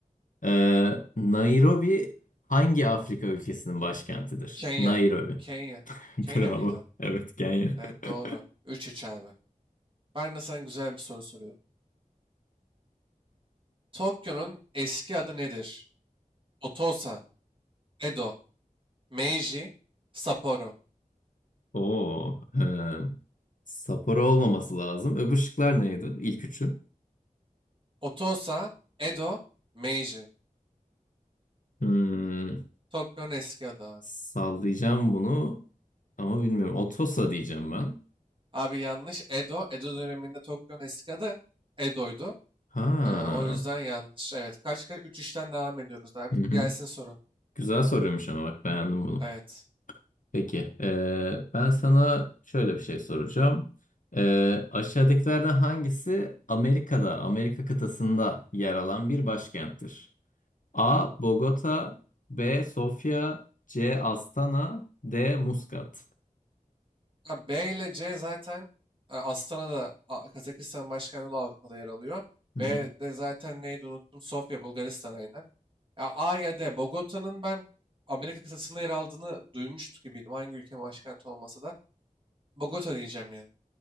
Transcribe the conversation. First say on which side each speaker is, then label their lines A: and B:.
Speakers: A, on the left; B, on the right.
A: Ee, Nairobi hangi Afrika ülkesinin başkentidir?
B: Kenya.
A: Nairobi.
B: Kenya.
A: <laughs> Bravo.
B: Kenya mıydı?
A: Evet Kenya.
B: Evet
A: <laughs>
B: doğru. 3-3 abi. Ben de sana güzel bir soru soruyorum. Tokyo'nun eski adı nedir? Otosa, Edo, Meiji, Sapporo.
A: Oo. ee, Sapporo olmaması lazım. Öbür şıklar neydi? İlk üçü.
B: Otosa, Edo, Meiji.
A: Hmm,
B: Tokyo'nun eski adı abi.
A: sallayacağım bunu ama bilmiyorum. Otosa diyeceğim ben.
B: Abi yanlış. Edo. Edo döneminde Tokyo'nun eski adı Edo'ydu.
A: Ha.
B: Ee, o yüzden yanlış. Evet. Kaç kaç? üç 3ten devam ediyoruz abi.
A: Hı hı.
B: Gelsin sorun.
A: Güzel soruyormuş ama bak beğendim bunu.
B: Evet.
A: Peki. ee, ben sana şöyle bir şey soracağım. Ee, aşağıdakilerden hangisi Amerika'da, Amerika kıtasında yer alan bir başkenttir? A. Bogota B. Sofya C. Astana D. Muscat.
B: Ha, B ile C zaten e, Astana'da A- Kazakistan başkenti olan Avrupa'da yer alıyor.
A: Hı
B: B
A: hı.
B: de zaten neydi unuttum. Sofya Bulgaristan'a inen. Ya A ya D. Bogota'nın ben Amerika kıtasında yer aldığını duymuştuk gibiydim. Hangi ülkenin başkenti olmasa da. Bogota diyeceğim ya.